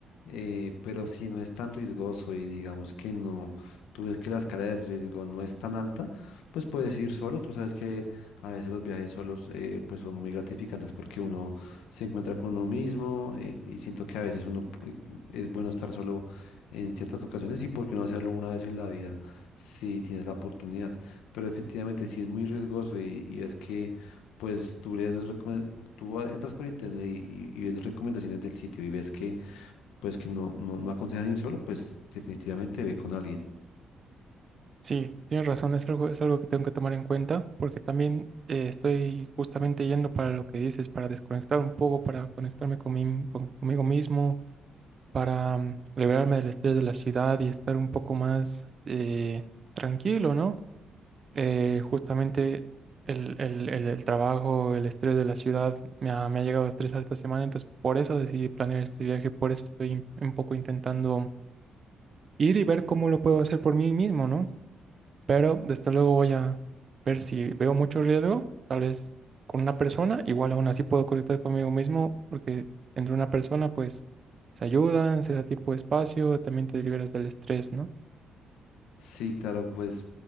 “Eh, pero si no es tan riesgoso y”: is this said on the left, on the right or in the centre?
Left